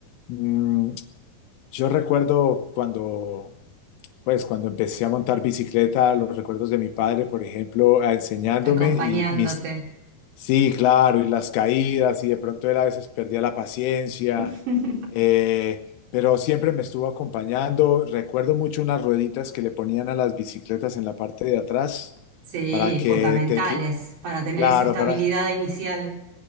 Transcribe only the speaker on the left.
Mm, yo recuerdo cuando Pues cuando empecé a montar bicicleta, los recuerdos de mi padre, por ejemplo, a- enseñándome
y mis, sí, claro, y las caídas, y de pronto él a veces perdía la paciencia,
eh, pero siempre me estuvo acompañando. Recuerdo mucho unas rueditas que le ponían a las bicicletas en la parte de atrás
para que
te, qui-
claro,
para,